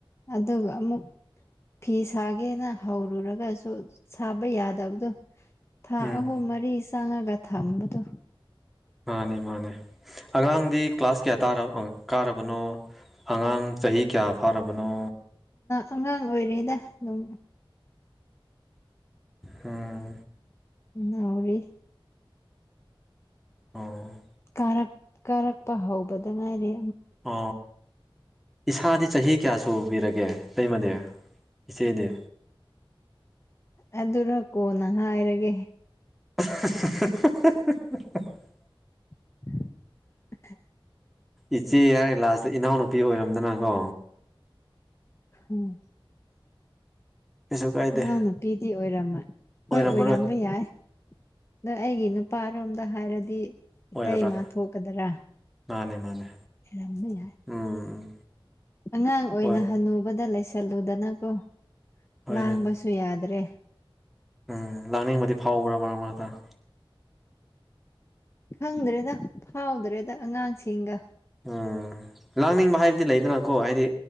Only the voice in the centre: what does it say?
ꯎꯝ
ꯃꯥꯅꯦ ꯃꯥꯅꯦ ꯑꯉꯥꯡꯗꯤ ꯀ꯭ꯂꯥꯁ ꯀꯌꯥꯥ ꯀꯥꯔꯕꯅꯣ ꯑꯉꯥꯡ ꯆꯍꯤ ꯀꯌꯥ ꯐꯥꯔꯕꯅꯣ
ꯍꯥꯝ
ꯑꯣ
ꯑ ꯏꯁꯥꯗꯤ ꯆꯍꯤ ꯀꯌꯥ ꯁꯨꯕꯤꯔꯒꯦ ꯂꯩꯃꯗꯤ ꯏꯆꯦꯗꯤ
<unintelligible>
ꯏꯆꯦ ꯍꯥꯏꯔꯦ ꯂꯥꯁꯇ ꯏꯅꯥꯎꯅꯨꯄꯤ ꯑꯣꯏꯔꯝꯗꯅꯀꯣ
ꯀꯩꯁꯨ ꯀꯥꯏꯗꯦ
ꯑꯣꯏꯔꯝꯃꯔꯣꯏ
ꯑꯣꯏꯔꯔꯣꯏ
ꯃꯥꯅꯦ ꯃꯥꯅꯦ
ꯎꯝ ꯎꯝ
ꯍꯣꯏ
ꯍꯣꯏꯅꯦ
ꯎꯝ ꯂꯥꯛꯅꯤꯡꯕꯗꯤ ꯐꯥꯎꯕ꯭ꯔꯥ ꯃꯔꯥꯡ ꯃꯔꯥꯡ ꯇꯥꯅ
ꯎꯝ ꯂꯥꯡꯅꯤꯡꯕ ꯍꯥꯏꯕꯗꯤ ꯂꯩꯗꯅꯀꯣ ꯍꯥꯏꯗꯤ